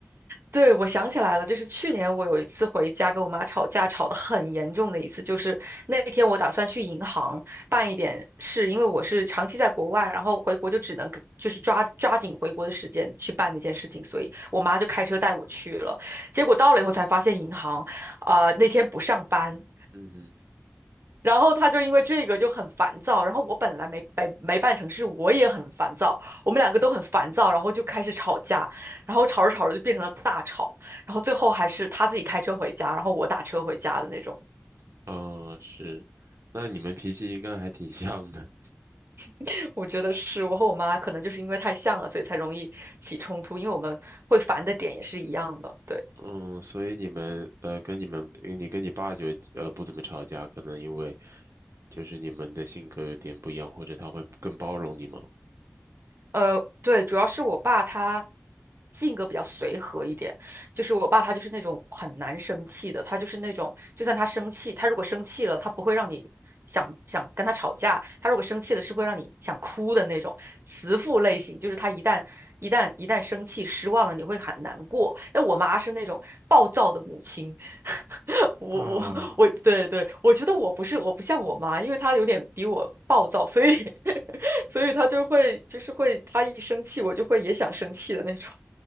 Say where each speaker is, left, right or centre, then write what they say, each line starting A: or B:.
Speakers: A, on the right (about 60°); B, on the right (about 85°).
A: 对，我想起来了，就是去年我有一次回家跟我妈吵架，吵得很严重的一次，就是那天我打算去银行办一点事，因为我是长期在国外，然后回国就只能跟就是抓抓紧回国的时间去办那件事情，所以我妈就开车带我去了。结果到了以后才发现银行，啊、那天不上班，
B: 嗯哼，
A: 然后他就因为这个就很烦躁，然后我本来没没没办成事，我也很烦躁，我们两个都很烦躁，然后就开始吵架，然后吵着吵着就变成了大吵，然后最后还是他自己开车回家，然后我打车回家的那种。
B: <laughs> 嗯，是，那你们脾气应该还挺像的，
A: <laughs> 我觉得是我和我妈可能就是因为太像了，所以才容易起冲突，因为我们会烦的点也是一样的，对。
B: 嗯，所以你们呃，跟你们你跟你爸就呃不怎么吵架，可能因为就是你们的性格有点不一样，或者他会更包容你吗？
A: 呃，对，主要是我爸他性格比较随和一点，就是我爸他就是那种很难生气的，他就是那种就算他生气，他如果生气了，他不会让你想想跟他吵架，他如果生气了是会让你想哭的那种慈父类型，就是他一旦一旦一旦生气失望了，你会很难过。但我妈是那种暴躁的母亲，<laughs> 我我我，
B: 啊，
A: 对对，我觉得我不是我不像我妈，因为她有点比我暴躁，所以 <laughs> 所以她就会就是会，她一生气我就会也想生气的那种。